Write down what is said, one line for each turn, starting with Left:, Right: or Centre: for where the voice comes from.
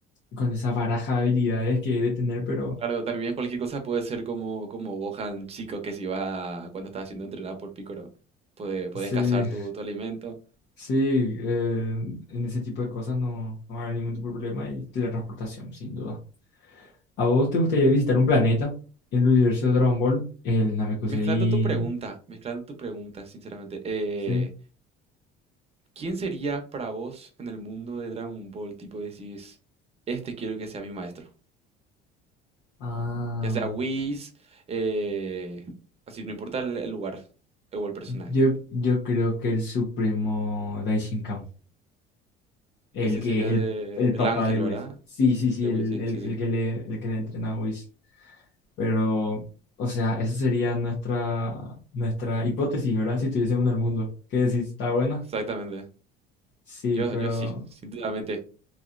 Left: con esa baraja de habilidades que he de tener, pero
Right: Claro, también cualquier cosa puede ser como, como Gohan chico que se iba cuando estaba siendo entrenado por Piccolo. Puede, puedes
Left: sí,
Right: cazar tu, tu alimento.
Left: Sí, eh, en ese tipo de cosas no, no va a haber ningún tipo de problema y teletransportación, sin duda. ¿A vos te gustaría visitar un planeta? El universo de Dragon Ball, el Namekusei,
Right: Mezclando tu pregunta, mezclando tu pregunta, sinceramente. eh,
Left: ¿sí?
Right: ¿Quién sería para vos en el mundo de Dragon Ball? Tipo, decís, este quiero que sea mi maestro.
Left: Ah,
Right: Ya sea Whis, eh, así, no importa el, el lugar eh, o el personaje.
Left: yo, yo creo que el supremo Daishinkan, el
Right: Ese
Left: que
Right: sería
Left: es el,
Right: de
Left: el papá
Right: el ángel,
Left: de Whis.
Right: ¿verdad?
Left: Sí, sí, sí,
Right: De
Left: el,
Right: Whis, sí,
Left: el,
Right: sí,
Left: el
Right: sí.
Left: que le, el que le entrena a Whis. Pero, o sea, esa sería nuestra, nuestra hipótesis, ¿verdad? Si estuviésemos en el mundo. ¿Qué decís? ¿Está buena?
Right: Exactamente.
Left: Sí,
Right: Yo,
Left: pero
Right: yo sí, <laughs> sinceramente.